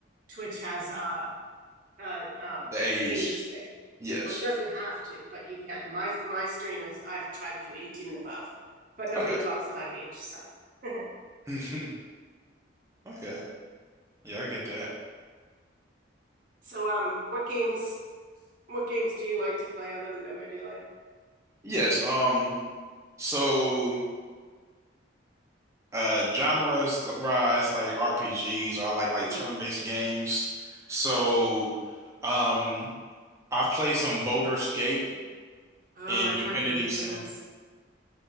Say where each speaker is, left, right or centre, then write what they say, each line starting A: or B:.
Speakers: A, on the right; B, on the right.
A: Twitch has a, a um,
B: the age,
A: age thing.
B: yes,
A: or it doesn't have to, but you can. My my stream is I've tried to do 18 and above, but nobody
B: okay,
A: talks about age. So, <laughs>
B: <laughs> okay, yeah, I get that.
A: so um, what games what games do you like to play other than Dead by Daylight?
B: Yes, um, so uh, genres rise like RPGs, or I like like
A: hmm
B: turn-based games. So, um. I've played some Baldur's Gate
A: Oh,
B: and
A: I've
B: Divinity
A: heard great
B: Sin.
A: things.